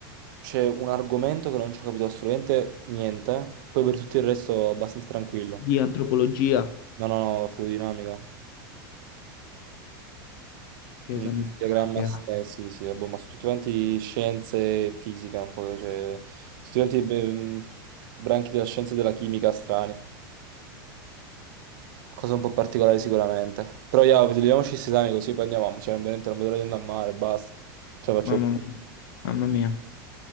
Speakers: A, on the right; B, on the left.
A: c'è un argomento che non ci ho capito assolutamente niente, poi per tutto il resto abbastanza tranquillo.
B: di antropologia,
A: No, no, no, fluidinamica.
B: che
A: Un
B: esami strani,
A: diagramma,
B: che
A: s- eh, sì, sì, vabbè, ma sono tutti quanti scienze e fisica, un po', cioè, sono tutti quanti beh, branchi della scienza e della chimica strani. Cosa un po' particolare sicuramente. Però io vediamoci questi esami così poi andiamo. Cioè, veramente non vedo l'ora di andare a mare, basta. Ce la faccio.
B: Mamma
A: più.
B: mia, mamma mia,